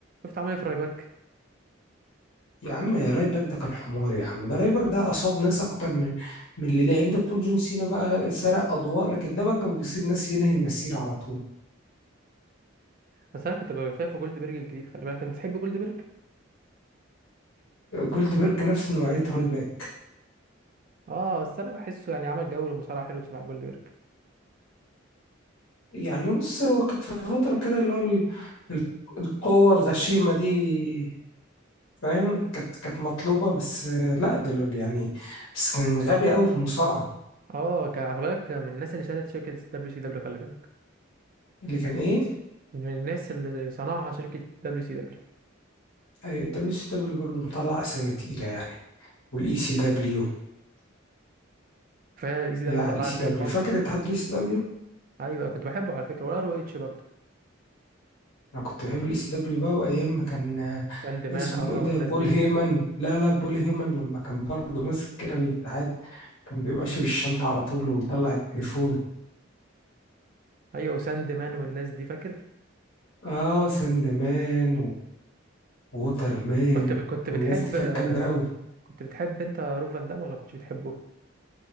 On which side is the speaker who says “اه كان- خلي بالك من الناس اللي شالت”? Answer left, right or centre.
Right